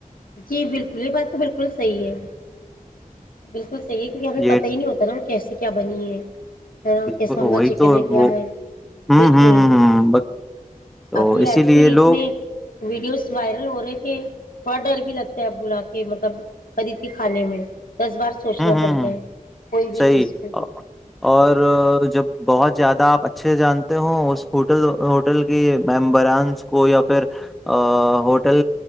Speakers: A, on the left; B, in the centre.
A: جی بالکل یہ بات تو بالکل صحیح ہے بالکل ی کیونکہ ہمیں پت
B: یہ
A: ہی نہیں ہوتا نا وہ کیسے کیا بنی ہےا
B: بالکل
A: کیسا ہم
B: وہی
A: کا چکن
B: تو
A: ہے کیا
B: وہ
A: ہے
B: ہوں
A: بالکل
B: ہ ہ ہ ہ تو
A: ابھی
B: اسی
A: ایکچولی
B: لیے لوگ
A: اتنے ویڈیوز وائرل ہو رہے کہ بڑا ڈر بھی لگتا ہے اب بلا کے مطلب خرید کے کھانے میں دس بار سوچنا
B: ہوں ہ
A: پڑتا
B: ہ
A: ہے کوئی بھی
B: صحیح
A: چیز کو
B: اور جب ب بہت زیادہ آپ اچھے جانتے ہو اس ہوٹل ہوٹل کے ممبرانس کو یا پھر ہوٹل